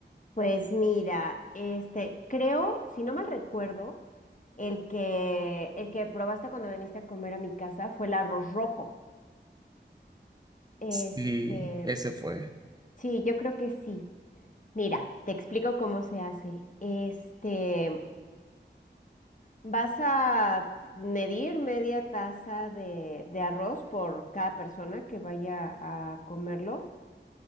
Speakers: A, on the left (about 45°); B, on the right (about 20°).
A: Pues mira, este, creo, si no mal recuerdo, el que, el que probaste cuando viniste a comer a mi casa fue el arroz rojo. Este,
B: Sí, ese fue.
A: sí, yo creo que sí. Mira, te explico cómo se hace. Este, vas a medir media taza de, de arroz por cada persona que vaya a comerlo.